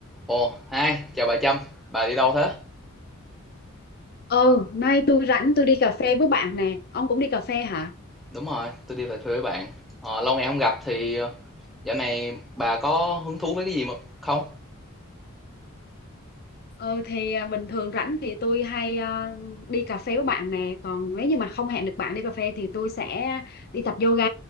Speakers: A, in the centre; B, on the left.
A: Ồ, hai chào bà Trâm, bà đi đâu thế?
B: Ừ, nay tôi rảnh tôi đi cà phê với bạn nè. Ông cũng đi cà phê hả?
A: Đúng rồi, tôi đi về quê với bạn. Ờ, lâu ngày không gặp thì ờ, dạo này bà có hứng thú với cái gì mà không?
B: Ừ thì à, bình thường rảnh thì tôi hay à, đi cà phê với bạn nè. Còn nếu như mà không hẹn được bạn đi cà phê thì tôi sẽ đi tập yoga.